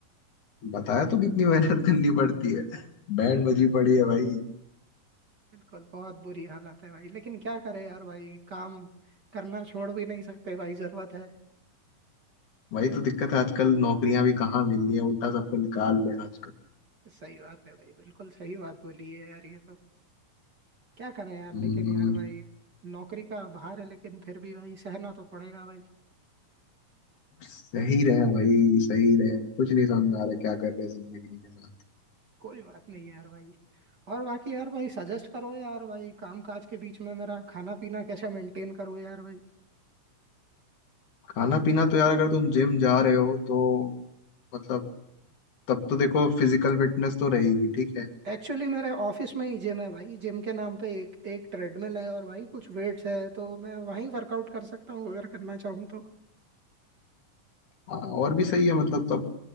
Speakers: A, on the left (about 70°); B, on the right (about 35°).
A: बताया तो कितनी मेहनत करनी पड़ती है बैंड बजी पड़ी है भाई
B: बिल्कुल बहुत बुरी हालत है भाई लेकिन क्या करे यार भाई काम करना छोड़ भी नहीं सकते भाई जरूरत है
A: वही तो दिक्कत है आजकल नौकरियां भी कहाँ मिल रही हैं उल्टा सबको निकाल रहे हैं आजकल
B: सही बात है भाई बिल्कुल सही बात बोली है यार ये तो क्या करें यार लेकिन
A: हम्म,
B: यार भाई नौकरी का भार है लेकिन फिर भी भाई सहना तो पड़ेगा भाई
A: सही रहे भाई सही रहे कुछ नहीं समझ में आ रहा क्या कर रहे हैं जिंदगी के साथ
B: कोई बात नहीं है यार भाई और बाकी यार भाई सजेस्ट करो यार भाई काम काज के बीच में मेरा खाना पीना कैसे मेंटेन करो यार भाई
A: खाना पीना तो यार अगर तुम जिम जा रहे हो तो मतलब तब तो देखो फिजिकल फिटनेस तो रहेगी ठीक है
B: एक्चुअली मेरे ऑफिस में ही जिम है भाई जिम के नाम पे एक एक ट्रेडमिल है और भाई कुछ वेट्स है तो मैं वहीं वर्कआउट कर सकता हूँ अगर करना चाहूँ तो
A: हाँ, और भी सही है मतलब तब